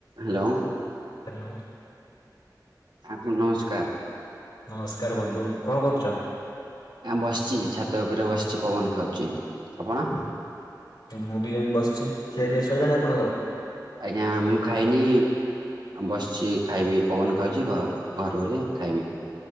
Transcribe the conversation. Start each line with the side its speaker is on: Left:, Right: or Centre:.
Right: Hello.
Left: Hello.
Right: ଆପଣ କୁ ନମସ୍କାର।
Left: ନମସ୍କାର ବନ୍ଧୁ। କଣ କରୁଚ?
Right: ଆ ବସିଚି ଛାତ ଉପରେ ବସିଚି ପବନ ଖାଉଚି। ଆପଣ?
Left: ମୁଁ ବି ଏମି ବସିଚି। ଖିଆ ଫିଆ ସଇଲାଣି ଆପଣଙ୍କର?
Right: ଆଜ୍ଞା ମୁଁ ଖାଇନି ବସିଚି ଖାଇବି ପବନ ଖାଉଚି ଘ ଘରୁ କୁ ଗଲେ ଖାଇବି।